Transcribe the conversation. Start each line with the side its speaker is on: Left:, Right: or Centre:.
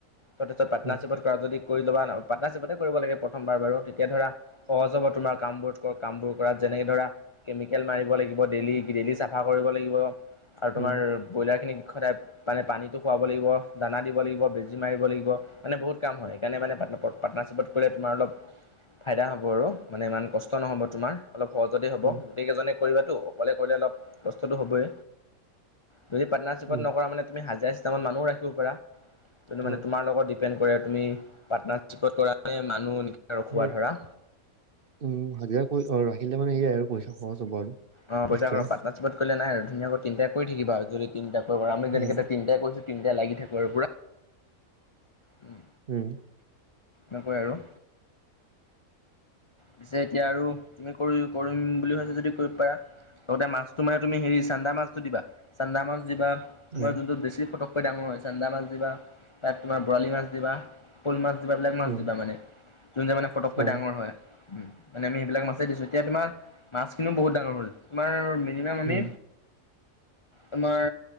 Left: তাৰপিছত পাৰ্টনাৰশ্বিপত
Right: উম।
Left: যদি কৰি ল'ব পাৰ্টনাৰশ্বিপতে কৰিব লাগে প্ৰথমবাৰ বাৰু তেতিয়া ধৰা সহজ হব তোমাৰ কামবোৰ - কামবোৰ কৰাত যেনেকে ধৰা কেমিকেল মাৰিব লাগিব, ডেইলি ডেইলি চাফা কৰিব লাগিব আৰু তোমাৰ
Right: উম,
Left: ব্ৰইলাৰখিনি সদায় মানে পানীটো খুৱাব লাগিব, দানা দিব লাগিব, বেজী মাৰিব লাগিব মানে বহুত কাম হয় সেইকাৰনে মানে পা পাটৰ্নাৰশ্বিপত কৰিলে তোমাৰ অলপ ফাইদা হ'ব আৰু মানে ইমান কষ্ট নহ'ব তোমাৰ। অলপ সহজতে হ'ব,
Right: অ,
Left: গোটেইকেইজনে কৰিবাতো অকলে কৰিলে অলপ কষ্টটো হ'বই। যদি পাৰ্টনাৰশ্বিপট
Right: উম,
Left: নকৰা মানে তুমি হাজিৰা চিষ্টেমত মানুহ ৰাখিব পাৰা, সেইটো মানে
Right: অ,
Left: তোমাৰ লগত ই পেন কৰে তুমি, পাৰ্টনাৰশ্বিপ কৰা মানুহ ৰখোৱা
Right: সেয়া,
Left: ধৰা
Right: উম হাজিৰা কৰি ৰাখিলে মানে সেইয়াই আৰু পইচা খৰচ হ'ব আৰু।
Left: অ পইচা
Right: এক্সট্ৰা।
Left: পাটৰ্নাৰশ্বিপত কৰিলে নাই আৰু ধুনায়াকৈ তিনিটা কৰি থাকিব আৰু যদি তিনিটা কৰি কৰা আমি
Right: উম,
Left: যেনে তিনিটাই কৈছো তিনিটা লাগি থাক আৰু পোৰা। উম।
Right: উম।
Left: এনেকৈ আৰু। পিছে এতিয়া আৰু তুমি কৰি কৰিম বুলি ভাবিছা যদি কৰিব পাৰা, লগতে মাছ তোমাৰ তুমি হেৰি চান্দা মাছটো দিবা, চান্দা মাছ দিবা তোমাৰ
Right: উম,
Left: যোনটোত বেছি ফতক কৈ ডাঙৰ হয়, চান্দা মাছ দিবা তাত তোমাৰ বৰালি মাছ দিবা। শ'ল মাছ দিবা বেলোক মাছ
Right: উম,
Left: দিবা মানে যোন যে মানে ফটককৈ
Right: অ,
Left: ডাঙৰ হয়। উম মানে আমি সেইবিলাক মাছে দিছো এতিয়া তোমাৰ মাছ খিনিও বহুত ডাঙৰ হ'ল তোমাৰ মে মিনিমাম আমি
Right: উম,
Left: তোমাৰ